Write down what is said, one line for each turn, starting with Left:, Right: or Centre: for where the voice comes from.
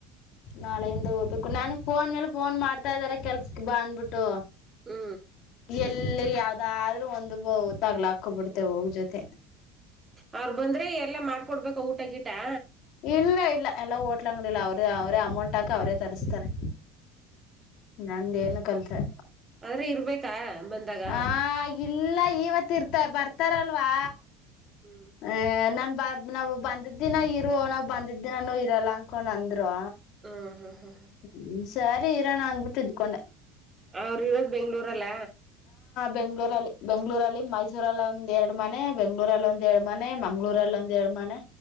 Left: ನಾಳೆಯಿಂದ ಹೋಗ್ಬೇಕು ನನ್ಗ್ ಫೋನ್ ಮೇಲೆ ಫೋನ್ ಮಾಡ್ತಾ ಇದಾರೆ ಕೆಲ್ಸಕ್ ಬಾ ಅಂದ್ಬಿಟ್ಟು.
Right: ಹ್ಮ
Left: ಎಲ್ಲಿ ಯಾವ್ ಅದ್ರೂ ಒಂದು ತಗ್ಲಾಕೊಬಿಡ್ತೆೇ ಹೋಗ್ ಜೊತಿ.
Right: ಅವ್ರ ಬಂದ್ರೆ ಎಲ್ಲಾ ಮಾಡ್ಕೊಡ್ಬೇಕಕ್ ಊ ಊಟಗಿಟಾ.
Left: ಇಲ್ಲ ಇಲ್ಲ ಎಲ್ಲ ಓಟ್ಲಂಗ್ಡಿಲಿ ಅವ್ರ ಅವ್ರೇ ಅಮೌಂಟ್ ಹಾಕಿ ಅವ್ರೇ ತರುಸ್ತಾರೆ ನಂದೇನು ಕೆಲ್ಸ ಇಲ್ಲ.
Right: ಆದ್ರೆ ಇರ್ಬೇಕಾ ಬಂದಾಗ.
Left: ಆ ಇಲ್ಲ ಇವತ್ ಇರ್ತ ಬರ್ತಾರಲ್ವಾ.
Right: ಹ್ಮ್
Left: ಆ ನನ್ ನಾವು ಬಂದದಿನ ಇರು. ನಾವ್ ಬಂದಿದ್ದಿನ ನಾನು ಇರಲ್ಲ ಅನ್ಕೊಂಡ್ ಅಂದ್ರು.
Right: ಹ್ಮ ಹಾ ಹ್ಮ ಹಾ
Left: ಹ್ಮ್ ಸರಿ ಇರೋಣ ಅಂದ್ಬಿಟ್ಟು ಇದ್ಕೊಂಡೆ.
Right: ಅವ್ರ ಇರೋದ ಬೆಂಗ್ಳೂರಲ್ಲ.
Left: ಬೆಂಗಳೂರಲ್ಲಿ ಬೆಂಗಳೂರಲ್ಲಿ ಮೈಸೂರಲ್ಲಿ ಒಂದ್ ಎರಡ್ ಮನೆ ಬೆಂಗಳೂರಲ್ಲಿ ಒಂದ್ ಎರಡ್ ಮನೆ ಮಂಗಳೂರಲ್ಲಿ ಒಂದ್ ಎರಡು ಮನೆ.